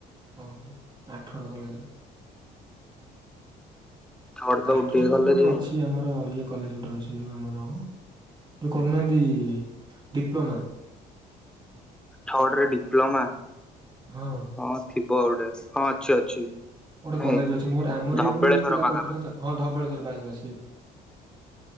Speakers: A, on the right; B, in the centre.
A: ହଁ ହ ଆଠଗଡ଼ କଲେଜ
B: ଥର୍ଡ ତ
A: ଆଠଗଡ଼
B: ଉଠିଗଲେ
A: ରେ ବି ଗୋଟେ
B: ଯେ
A: ଅଛି ଆମର ଇଏ - କଲେଜ ଗୋଟେ ଅଛି ଯୋଉ ଆମର କରୁନାହାନ୍ତି ଡିପ୍ଲୋମା
B: ଥର୍ଡ ରେ ଡିପ୍ଲୋମା
A: ହଁ
B: ହଁ ଥିବ ଆଉ ଗୋଟେ ହଁ ଅଛି ଅଛି
A: ଗୋଟେ
B: ନାଇଁ
A: କଲେଜ ଅଛି ମୋର ଆମର
B: ଧବଳେଶ୍ଵର
A: ଏଇୋ ପିଲା
B: ପାଖାପାଖି।
A: କରିଥିଲ ହଁ ଧବଳେଶ୍ୱର